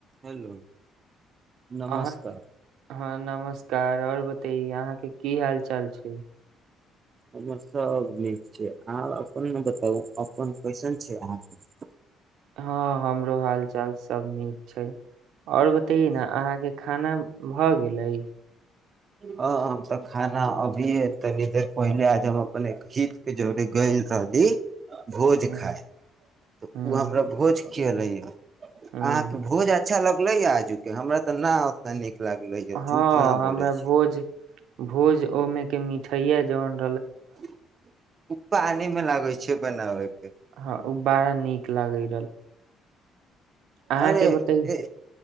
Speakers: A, on the right (about 30°); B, on the right (about 75°).
A: हेलो नमस्कार
B: अहाँके हँ नमस्कार आओर बतैयौ अहाँके की हाल चाल छै
A: हमर सब निक छै अहाँ अपन ना बताबु कैसन छीये अहा सब
B: हँ हमरो हाल चल सब नीक छै और बतैयौ न अहाँ के खाना भ गेले
A: ह तऽ खाना अभीए तनी देर पहिले आज हम अपन हित के जोड़े गइल रहली भोज
B: हँ
A: खाय तऽ
B: हँ
A: ओ हमरा भोज <unintelligible> अहाँ
B: हँ
A: त भो जात अच्छा लगलै ह आजू के हमरा त ना उतना निक लागलै ह
B: हँ
A: झूठ न बोलै
B: हमरा
A: छै
B: भोज भोज ओहिमे के मिठाइया जन
A: <unintelligible> बनाबै
B: हँ ओ बड़ा नीक लागै अहाँके
A: अरे
B: बताय
A: ए